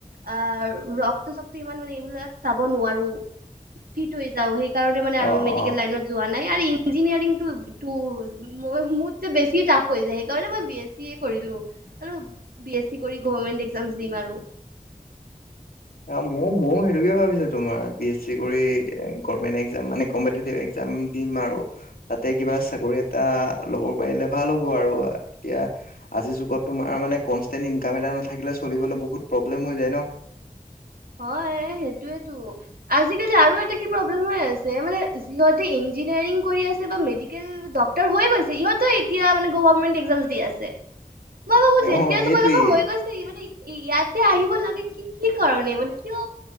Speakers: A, on the right (about 80°); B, on the left (about 85°).
A: অ ৰক্ত চক্ত ইমান মানে এইবিলাক চাব নোৱাৰো। ফিট হৈ যাও সেই কাৰণে মানে আৰু
B: অ
A: মেডিকেল
B: অ
A: লাইনত যোৱা নাই। ইয়াৰ ইঞ্জিনিয়াৰিং টো টো মই মুট চে বেছি টাফ হৈ যায়। সেইকাৰণে মই বি এছ চি এ কৰিলো। আৰু বি এছ চি কৰি গৱৰ্মেন্ত একজাম দিম আৰু।
B: অ ময়ো ময়ো সেইটোকে ভাবিছো তোমাৰ বি এছ চি কৰি গভমেণ্ট একজাম মানে কম্পটিভ একজাম। দিম আৰু তাতে কিবা চাকৰি এটা ল'ব পাৰিলে ভাল হ'ব আৰু এতিয়া আজিৰ যুগত তোমাৰ মানে কনচটেণ্ট ইনকাম এটা নাথাকিলে চলিবলৈ বহুত প্ৰব্লেম হৈ যায় ন।
A: <unintelligible> হয় সেইটোয়েটো। আজিকালি আৰু এটা কি প্ৰব্লেম আছে মানে। যিহতে ইঞ্জিনিয়াৰিং কৰি আছে বা মেডিকেল, ডক্টৰ হৈ গৈছে। সিহঁতেও এতিয়া মানে গভাৰমেণ্ট একজাম দি আছে। মই ভাবো যেতিয়া
B: অ সেইটোৱেই
A: তোমালোকৰ হৈ গৈছে ইমানে ই ইয়াতে আহিব লাগে কি কি কাৰণে মানে। কিয়